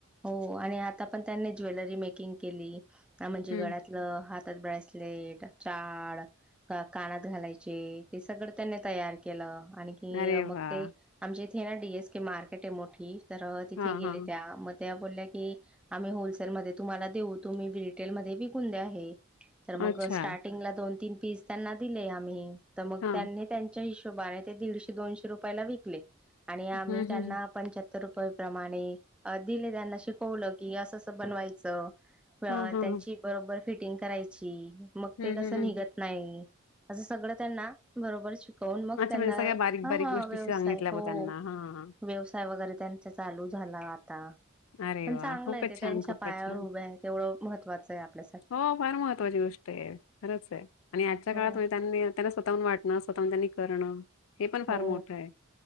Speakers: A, in the centre; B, on the left (about 85°).
A: ओ आणि आता पण त्यांनी ज्वेलरी मेकिंग केली. का म्हणजे
B: हम्म.
A: गळ्यात लं हातात पायातले का चाळ का कानात घालायचे ते सगळं त्यांनी तयार केलं. आणि कि
B: अरे
A: मग
B: वाह!
A: ते आमच्या इथे ना डीएस केे मार्केट आहे मोठी, तर तिथे
B: हां,
A: गेले
B: हां.
A: त्या म त्या बोलल्या की आम्ही होलसेलमध्ये तुम्हाला देऊ तुम्ही रिटेल मधे विकून द्या हे. तर मग
B: अच्छा.
A: स्टार्टिंगला दोन तीन पीस त्यांना दिले आम्ही. त मग
B: हां.
A: त्यांनी त्यांच्या हशोबाने दीडशे दोनशे रुपयाला विकले. आणि
B: हं,
A: आम्ही त्यांना
B: हं, हं.
A: पंच्या त रुपये प्रमाणे दिले त्यांना शिकवलं की आसं आसं बनवायचं. प्र
B: हां, हां,
A: त्यांची
B: हां.
A: बरोबर फिटिंग करायची. मग
B: हं,
A: ते कसं
B: हं, हं.
A: निघत नाई. असं सगळं त्यांना बरोबर शिकवून, मग
B: अच्छा
A: त्यांना
B: म्हणजे सगळ्या बारीक-बारीक
A: हावा
B: गोष्टी
A: व्यवसाय
B: सांगितल्या
A: हो.
B: मग त्यांना, हा हां.
A: व्यवसाय वगैरे त्यांचा चालू झाला आता,
B: अरे
A: पण
B: वाह!
A: चांगल
B: खूपच
A: आय तेे
B: छान,
A: त्यांच्या
B: खूपच
A: पायावर
B: छान.
A: उभ्या आहेत. तेवढं महत्वाचं आहे आपल्
B: हो फार महत्त्वाची गोष्ट आहे. खरंच आहे. आणि आजच्या
A: हो.
B: काळात त्यांनी त्यांना स्वतःहून वाटणं, स्वतःहून त्यांनी करणं. हे पण फार
A: हो
B: मोठं आहे.